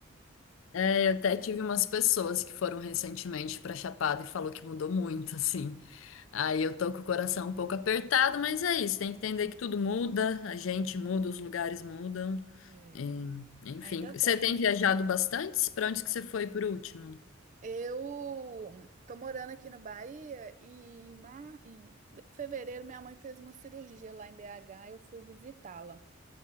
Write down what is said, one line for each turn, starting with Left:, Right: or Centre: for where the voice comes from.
Left: Eu até tive umas pessoas que foram recentemente para Chapada e falou que mudou muito, assim. Aí eu tô com o coração um pouco apertado, mas é isso, tem que entender que tudo muda, a gente muda, os lugares mudam.
Right: É.
Left: É, enfim,
Right: Ainda
Left: você
Right: bem.
Left: tem
Right: né?
Left: viajado bastante? Para onde que você foi por último?
Right: Eu tô morando aqui na Bahia e em, mar... em fevereiro minha mãe fez uma cirurgia lá em BH, eu fui visitá-la.